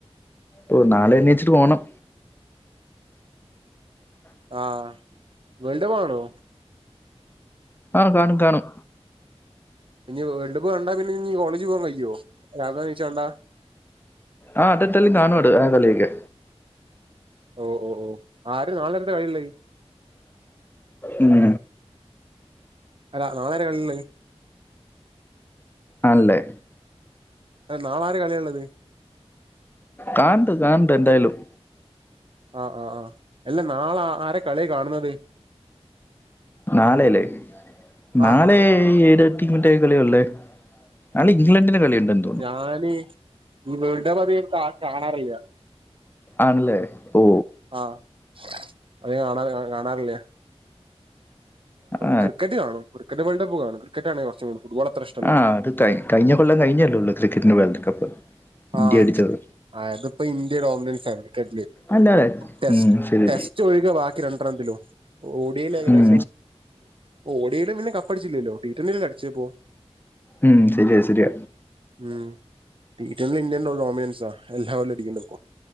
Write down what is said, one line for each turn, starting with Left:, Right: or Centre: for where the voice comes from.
Left: ഓ നാളെ എനിച്ചിട്ട് പോണം
Right: ആഹ വേൾഡ ആണോ
Left: ആഹ് കാണും കാണും
Right: ഇനി വേൾഡ് കപ്പ് കണ്ട പിന്നെ ഇനി കോളേജ് പോവാൻ കഴിവോ രാവിലെന്ന്നീച്ച് കണ്ടാ
Left: ആഹ അതത്തല്ലും കാണുട ആ കളിക്കെ
Right: ഓ ഓ ഓ ആര് നാളെ എന്താ കളി ഉള്ള
Left: ഉം
Right: അല്ല നളെരെള്ള
Left: ആണല്ലേ
Right: അഹ് നാളെ ആര് കളിയ ഉള്ളത്
Left: കണണ്ട് കണണ്ട് എന്തായാലും
Right: ആഹ് ആഹ് ആഹ് അല്ല നാളെ ആരെ കളിയ കാണുന്നത്
Left: നാലെല്ലേ നാലെ
Right: ആഹ്
Left: ഏഴ് തീമിറ്റ കളിയ അല്ലേ നാൾ ഇംഗ്ലണ്ടിന് കളിയുണ്ടെന്ന് തോന്നുന്നു
Right: ആല് ഈ വേൾഡ് കപ്പ് അത് കാണാറില്ല
Left: ആണല്ലേ ഓ
Right: ആഹ് അത് കാണാ കാണാറില്ലേ
Left: ആ
Right: ക്രിക്കറ്റ് കാണും ക്രിക്കറ്റ് വേൾഡ്പ്പ് കാണും ക്രിക്കറ്റാണ് ഫുട്ബോൾ അത്ര ഇഷ്ടല്ല
Left: ആഹ് അത് ക കഴിഞ്ഞ കൊല്ലം കഴിഞ്ഞല്ലേള്ളൂ ക്രിക്കറ്റിന് വേൾഡ് കപ്പ്
Right: ആഹ്
Left: ഇന്ത്യ അടിച്ചത്
Right: ആതിപ്പോ ഇന്ത്യൻ ഓമിനൻസ്ലറ്റ്
Left: അല്ല അല്ല
Right: ടെസ്റ്റ്
Left: ഉം ശരി
Right: ടെസ്റ്റ് ഒഴികെ ബാക്കി രണ്ടൊംതില്ലോ ഓഡിയോയില് ഏകദേശം
Left: ഉം
Right: ഓ ഒടിയയിലും പിന്നെ കപ്പടിച്ചില്ലല്ലോ ടീറ്റന്നൽ അടിച്ചപ്പോ
Left: ഉം ശരിയ ശരിയ
Right: ഉം ഇന്ത്യൻോമിനൻസാ എല്ലാവരുംടിക്കണ്ടക്കോ